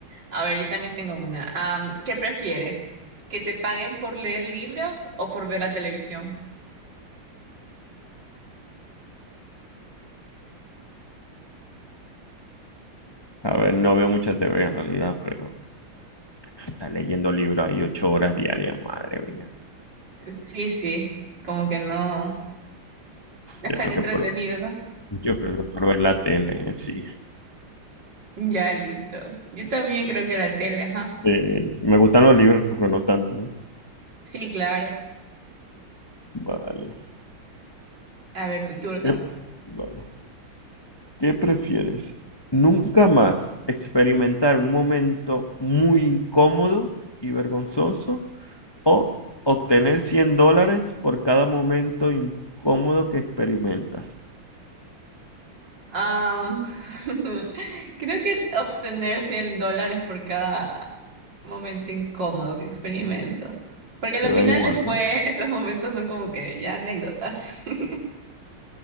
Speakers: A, on the right (about 55°); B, on the left (about 40°).
A: A ver, yo también tengo una. Am, ¿qué prefieres? ¿Que te paguen por leer libros o por ver la televisión?
B: A ver, no veo mucha TV en realidad, pero está leyendo libros ahí ocho horas diarias, madre mía.
A: Sí, sí, como que no, no es
B: Yo
A: tan
B: creo
A: entretenido,
B: que por,
A: ¿no?
B: yo creo que por ver la tele, sí.
A: Ya, listo. Yo también creo que la tele, ajá.
B: Sí, sí, me gustan los libros, pero no tanto, ¿eh?
A: Sí, claro.
B: Vale.
A: A ver, tu turno.
B: Eh, Vale. ¿Qué prefieres? ¿Nunca más experimentar un momento muy incómodo y vergonzoso o obtener 100 dólares por cada momento incómodo que experimentas?
A: Am, <laughs> creo que obtener 100 dólares por cada momento incómodo que experimento. Porque al
B: Te da
A: final
B: igual,
A: después
B: ¿no?
A: <laughs> esos momentos son como que ya anécdotas. <laughs>